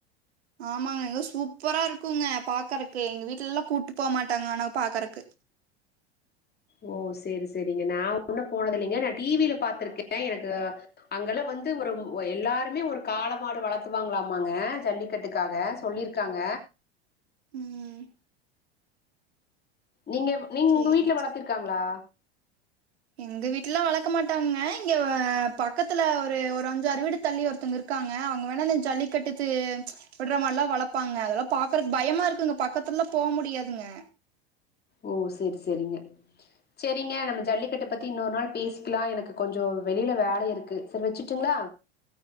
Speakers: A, on the right (about 80°); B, on the left (about 30°).
A: ஆமாங்க அங்க சூப்பரா இருக்குங்க பாக்குறக்கு. எங்க வீட்ல எல்லா கூப்ட்டு போமாட்டாங்க ஆனா பாக்கறக்கு.
B: ஓ சேரி சேரிங்க நா உன்னா போனது இல்லைங்க. நா டி வி ல பாத்திருக்கே எனக்கு அங்கலா வந்து ஒரு அ எல்லாரு மே ஒரு காள மாடு வளத்துவாங்களாமாங்க ஜல்லிக்கட்டுக்காக சொல்லிருக்காங்க.
A: ம்
B: நீங்க நீங்க
A: சேரிங்க
B: உங்க வீட்ல வளத்திருக்காங்களா?
A: எங்க வீட்லல்லா வளக்க மாட்டாங்க. இங்க ஆ பக்கத்துல ஒரு ஒரு அஞ்சு ஆறு வீடு தள்ளி ஒருத்தங்க இருக்காங்க. அவங்க வேணாலு ஜல்லி கட்டுத்து விடுற மாடுல்லா வளப்பாங்க. அதெல்லா பாக்குறக்கு பயமா இருக்குங்க பக்கத்துல எல்லா போமுடியாதுங்க.
B: ஓ செரி செரிங்க. செரிங்க நம்ம ஜல்லிக்கட்ட பத்தி இன்னொரு நாள் பேசிக்கலா. எனக்கு கொஞ்சோ வெளில வேல இருக்கு செரி வெச்சுருட்டுங்களா?